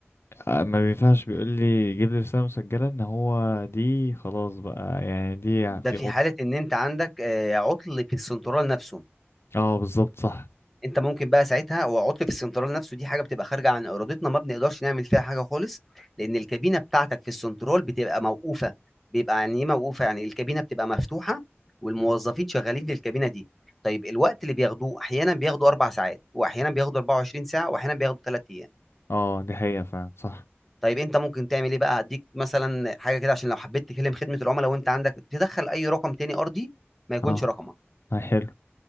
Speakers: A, on the left (about 65°); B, in the centre.
A: آه، ما بينفعش بيقول لي جيب لي رساله مسجله ان هو دي خلاص بقى يعني دي
B: ده
A: في
B: في
A: عطل
B: حالة إن أنت عندك آه، عطل في السنترال نفسه
A: اه بالظبط صح
B: أنت ممكن بقى ساعتها هو عطل في السنترال نفسه دي حاجة بتبقى خارجة عن إرادتنا ما بنقدرش نعمل فيها حاجة خالص لأن الكابينة بتاعتك في السنترال بتبقى موقوفة بيبقى يعني إيه موقوفة يعني الكابينة بتبقى مفتوحة والموظفين
A: مم.
B: شغالين في الكابينة دي طيب الوقت اللي بياخدوه أحيانا بياخدوا أربع ساعات وأحيانا بياخدوا 24 ساعة وأحيانا بياخدوا ثلاث أيام
A: اه دي حقيقه فعلا صح
B: طيب أنت ممكن تعمل إيه بقى هديك مثلا حاجة كده عشان لو حبيت تكلم خدمة العملاء وأنت عندك تدخل أي رقم تاني أرضي ما يكونش
A: اه
B: رقمك
A: هاي حلو